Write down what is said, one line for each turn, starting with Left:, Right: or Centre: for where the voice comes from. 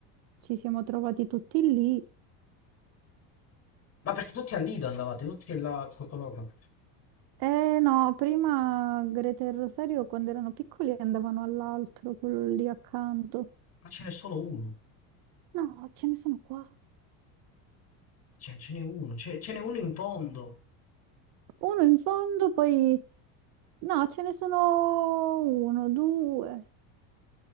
Right: ci siamo trovati tutti lì.
Left: Ma perché tutti a Lido andavate, tutti là al Cocoloco.
Right: Eh no, prima Greta e Rosario quando erano piccoli andavano all'altro, quello lì accanto.
Left: Ma ce n'è solo uno,
Right: No, ce ne sono qua.
Left: Cioè, ce n'è uno, ce ce n'è uno in fondo.
Right: Uno in fondo, poi... No, ce ne sono uno, due,